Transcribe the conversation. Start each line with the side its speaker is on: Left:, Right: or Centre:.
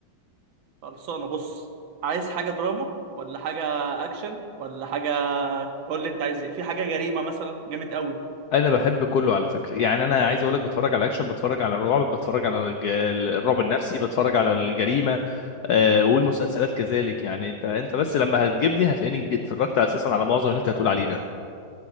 Right: خلصانة بص عايز حاجة دراما ولا حاجة اكشن ولا حاجة قول لي انت عايز ايه في حاجة جريمة مثلا جامد قوي
Left: انا بحب كله على فكره يعني انا عايز اقول لك بتفرج على اكشن بتفرج على الرعب بتفرج على الج... الرعب النفسي بتفرج على الجريمه آه والمسلسلات كذلك يعني انت انت بس لما هتجيبني هتلاقيني اتفرجت اساسا على معظم اللي انت هتقول عليه ده